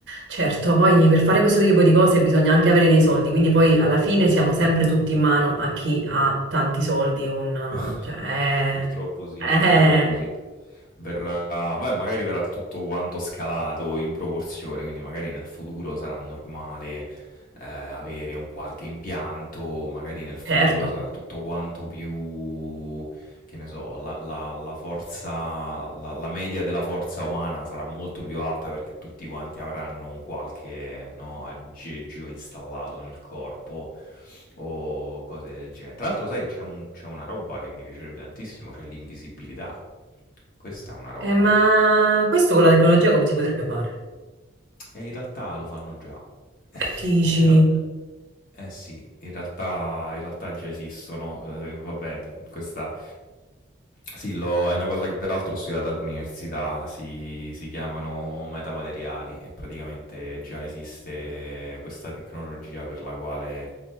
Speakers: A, on the right; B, on the left.
A: certo, poi per fare questo tipo di cose bisogna anche avere dei soldi, quindi poi alla fine siamo sempre tutti in mano a chi ha tanti soldi, un...
B: <laughs>
A: cioè,
B: Purtroppo sì,
A: eh, eh,
B: purtroppo sì. verrà, vabbè, magari verrà tutto quanto scalato in proporzione, quindi magari nel futuro sarà normale eh, avere un qualche impianto, magari nel futuro
A: certo.
B: sarà tutto quanto più, che ne so, la, la- la forza, la, la media della forza umana sarà molto più alta perché tutti quanti avranno un qualche, no, aggeggio installato nel corpo o cose del genere. Tra l'altro, sai, c'è un- c'è una roba che mi piacerebbe tantissimo, c'è l'invisibilità. Questa è una roba
A: Eh, ma
B: che
A: questo
B: sarebbe
A: con la tecnologia come si potrebbe fare?
B: e in realtà lo fanno già. <laughs>
A: Che dici?
B: Eh, o eh sì, in realtà in realtà già esistono, uhm, vabbè d questa sì, l'ho è una cosa che peraltro ho studiato all'università, si si chiamano metamateriali e praticamente già esiste questa tecnologia per la quale,